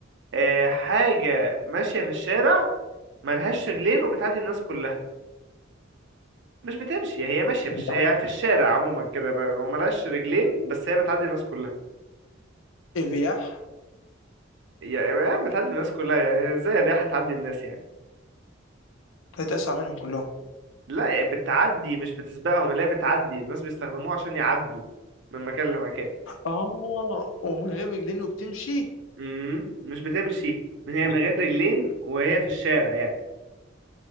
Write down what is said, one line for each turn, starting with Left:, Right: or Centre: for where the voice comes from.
Right: آه حاجة ماشية في الشارع ملهاش رجلين وبتعدي الناس كلها مش بتمشي هي ماشية في
Left: أنت
Right: الش...
Left: عارف
Right: هي في الشارع عموما كده ب... وملهاش رجلين بس هي بتعدي الناس كلها
Left: الرياح <laughs>
Right: يعني بتعدي الناس كلها يعني ازاي الرياح هتعدي الناس يعني
Left: كانت اسرع منهم كلهم
Right: لا بتعدي مش بتسبقهم اللي هي بتعدي الناس بيستخدموها عشان يعدوا من مكان لمكان
Left: اه ومن غير رجلين وبتمشي
Right: امم مش بتمشي من هي
Left: مش
Right: من غير رجلين وهي في الشارع يعني